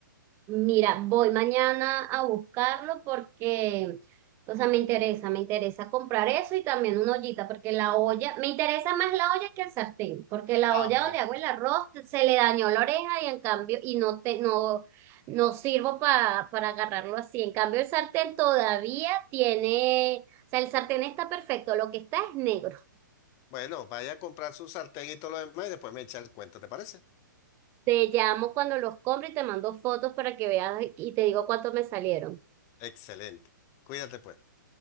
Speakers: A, on the right (about 20°); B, on the left (about 30°).
A: Mira, voy mañana a buscarlo porque, o sea, me interesa, me interesa comprar eso y también una ollita, porque la olla, me interesa más la olla que el sartén, porque la
B: Ah,
A: olla
B: bueno.
A: donde hago el arroz se le dañó la oreja y en cambio, y no te, no, no sirvo pa- para agarrarlo así. En cambio, el sartén todavía tiene, o sea, el sartén está perfecto, lo que está es negro.
B: Bueno, vaya a comprar su sartén y todo lo demás y después me echa el cuento, ¿te parece?
A: Te llamo cuando los compre y te mando fotos para que veas y te digo cuánto me salieron.
B: Excelente. Cuídate pues.